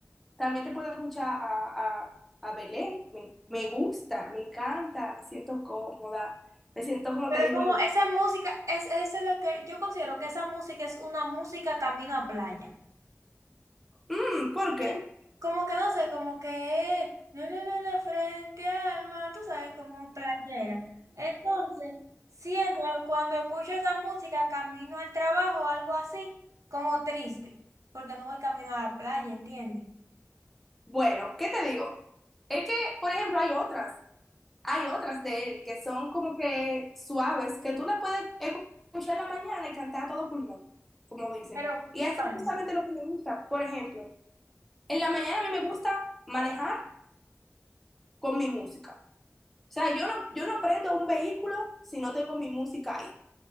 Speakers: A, in the centre; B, on the right.
A: también te puedo escuchar a, a, a Belé. Me, me gusta, me encanta, me siento cómoda. Me siento, como
B: Pero
A: te digo,
B: como esa música, es, eso es lo que yo considero que esa música es una música camino a playa.
A: Mm, ¿por
B: Y
A: qué?
B: como que no sé, como que no, no, no, no, frente al mar, tú sabes, como playera. Entonces, siento que cuando escucho esa música, camino al trabajo o algo así, como triste, porque no voy camino a la playa, ¿entiendes?
A: Bueno, ¿qué te digo? Es que, por ejemplo, hay otras, hay otras de él que son como que suaves, que tú las puedes escuchar en la mañana y cantar a todo pulmón, como dicen.
B: Pero,
A: Y eso
B: ¿cuáles?
A: es justamente lo que me gusta. Por ejemplo, en la mañana a mí me gusta manejar con mi música. O sea, yo no, yo no prendo un vehículo si no tengo mi música ahí.